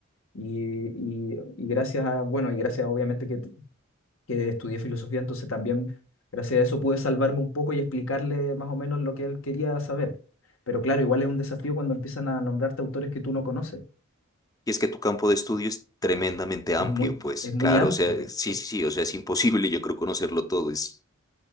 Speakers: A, on the left (about 75°); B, on the left (about 20°).
A: Y, y- y gracias a, bueno, y gracias obviamente que que estudié filosofía, entonces también gracias a eso pude salvarme un poco y explicarle más o menos lo que él quería saber. Pero claro, igual es un desafío cuando empiezan a nombrarte autores que tú no conoces.
B: Y es que tu campo de estudio es tremendamente amplio,
A: Es muy,
B: pues,
A: es muy
B: claro,
A: amplio.
B: o sea,
A: pi-
B: sí,
A: pi-
B: sí, sí, o sea, es imposible, yo creo, conocerlo todo, es